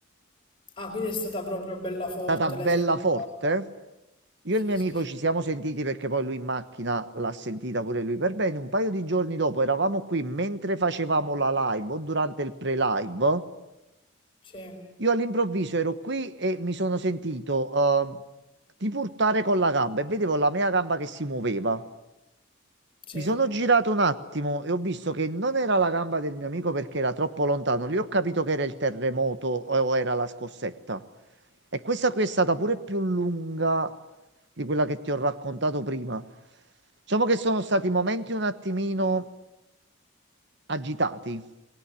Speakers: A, on the left; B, on the right.
A: Ah, quindi è stata proprio bella forte,
B: È stata bella
A: l'hai sentita?
B: forte. Io
A: Sì,
B: e il mio amico
A: sì, sì,
B: ci siamo sentiti perché poi lui in macchina l'ha sentita pure lui per bene. Un paio di giorni dopo eravamo qui mentre facevamo la live o durante il pre-live.
A: sì,
B: Io all'improvviso ero qui e mi sono sentito eh, tipo urtare con la gamba e vedevo la mia gamba che si muoveva.
A: sì,
B: Mi sono girato un attimo e ho visto che non era la gamba del mio amico perché era troppo lontano. Lì ho capito che era il terremoto o o era la scossetta. E questa qui è stata pure più lunga di quella che ti ho raccontato prima. Diciamo che sono stati momenti un attimino agitati,